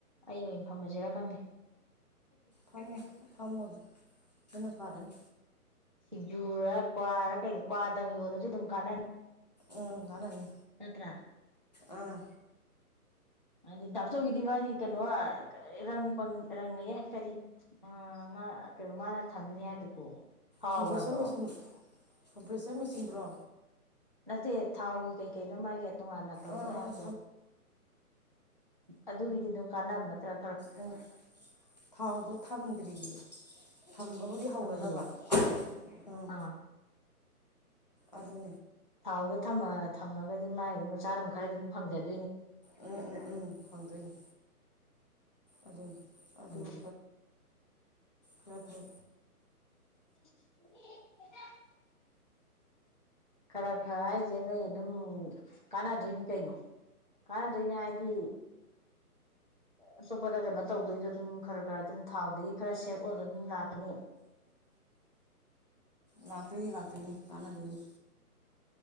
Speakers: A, on the right; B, on the left.
A: ꯑꯩ ꯑꯣꯏꯅ ꯐꯝꯁꯤꯔ ꯈꯪꯗꯦ
B: ꯍꯣꯏꯅꯦ ꯐꯃꯨꯅꯦ ꯑꯗꯨꯅ ꯐꯔꯅꯤ
A: ꯁꯤꯡꯖꯨꯔ ꯀ꯭ꯋꯥꯔ ꯀꯩꯗꯣ ꯀ꯭ꯋꯥꯗꯪ ꯌꯣꯜꯂꯁꯨ ꯑꯗꯨꯝ ꯀꯥꯟꯅꯅꯤ
B: ꯎꯝ ꯀꯥꯟꯅꯅꯤ
A: ꯅꯠꯇꯔꯥ
B: ꯑꯥ
A: ꯍꯥꯏꯗꯤ ꯗꯥꯞꯆꯧꯒꯤꯗꯤ ꯃꯥꯒꯤ ꯀꯩꯅꯣꯪ ꯔꯪꯉꯌꯦ ꯀꯔꯤ ꯑ ꯀꯩꯅꯣ ꯃꯥꯅ ꯊꯝꯅꯤ ꯍꯥꯏꯗꯨꯕꯨ ꯍꯥꯎ
B: ꯀꯝꯄ꯭ꯔꯦꯁꯔ
A: ꯍꯥꯏꯕ꯭ꯔꯣ
B: ꯃꯦꯆꯤꯟ ꯀꯝꯄ꯭ꯔꯦꯁꯔ ꯃꯦꯆꯤꯟꯗꯨ꯭ꯔꯣ
A: ꯅꯠꯇꯦ ꯊꯥꯎꯒꯤ ꯀꯩ ꯀꯩꯅꯣ ꯃꯥꯒꯤ ꯇꯣꯉꯥꯟꯅ ꯇꯧꯅꯤ
B: ꯑꯥ
A: ꯍꯥꯏꯕꯗꯣ
B: ꯑꯥ
A: ꯑꯗꯨꯒꯤꯗꯤ ꯑꯗꯨꯝ ꯀꯥꯟꯅꯕ ꯅꯇ꯭ꯔ
B: ꯎꯝ ꯊꯥꯎꯗꯣ ꯊꯝꯗ꯭ꯔꯤꯌꯦ ꯊꯝꯕꯕꯨꯗꯤ ꯍꯧꯔꯗꯕ
A: ꯑꯝꯗꯤꯌꯦ
B: ꯎꯝ
A: ꯑꯥ
B: ꯑꯗꯨ
A: ꯊꯥꯎꯗꯣ ꯊ ꯊꯝꯃꯒꯗꯤ ꯃꯥꯏ ꯑꯗꯨꯝ ꯆꯥꯔꯝ ꯈꯔꯗꯤ ꯑꯗꯨꯝ ꯐꯪꯖꯗꯦ
B: ꯎꯝ ꯎꯝ ꯎꯝ ꯐꯪꯗꯣꯏꯅꯦ ꯑꯗ ꯑꯗꯨꯑ
A: ꯎꯝ
B: ꯈꯔ ꯈꯔ
A: <inaudible> ꯈꯔ ꯈꯔ ꯈꯥꯏꯖꯦ ꯅꯣꯏ ꯑꯗꯨꯝ ꯀꯥꯟꯅꯗꯣꯏꯅꯤ ꯀꯩꯅꯣ ꯀꯥꯟꯅꯗꯣꯏꯅꯤ ꯍꯥꯏꯗꯤ ꯑꯇꯣꯞꯄꯗ ꯀꯩꯅꯣ ꯇꯧꯗꯣꯏꯁꯨ ꯑꯗꯨꯝ ꯈꯔ ꯈꯔ ꯑꯗꯨꯝ ꯊꯥꯎꯗꯒꯤ ꯈꯔ ꯁꯦꯞ ꯑꯣꯏꯕ ꯑꯗꯨꯝ ꯂꯥꯛꯀꯅꯤ
B: ꯂꯥꯛꯇꯣꯏꯁꯤ ꯂꯥꯛꯇꯣꯏꯅꯤ ꯀꯥꯟꯅꯗꯣꯏꯅꯤ